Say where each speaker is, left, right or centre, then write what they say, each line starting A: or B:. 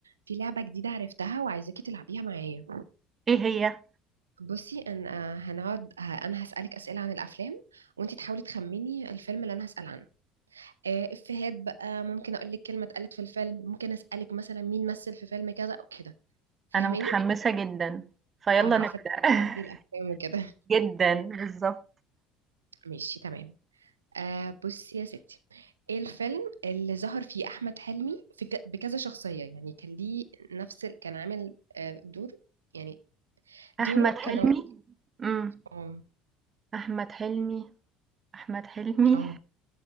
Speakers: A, on the right (about 85°); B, on the right (about 35°).
A: في لعبة جديدة عرفتها وعايزاكي تلعبيها معايا
B: إيه هي؟
A: بصي انا هنقعد ه- انا هسألك أسئلة عن الافلام وانتي تحاولي تخميني الفيلم اللي انا هسأل عنه آه، افيهات بقى ممكن اقول لك كلمة اتقالت في الفيلم ممكن اسألك مثلا مين مثل في فيلم كذا او كده فاهماني
B: أنا متحمسة جدًا، فيالّا
A: اه انا
B: نبدأ.
A: عارفة
B: <laughs>
A: بتحبي الافلام وكده
B: جدًا، بالضبط.
A: <laughs> ماشي تمام آه بصي يا ستي ايه الفيلم اللي ظهر فيه احمد حلمي في ك... بكذا شخصية يعني كان ليه نفس ال... كان عامل آه دور يعني
B: أحمد
A: دوره
B: حلمي
A: كان موجود
B: إمم.
A: اه
B: أحمد حلمي، أحمد حلمي
A: اه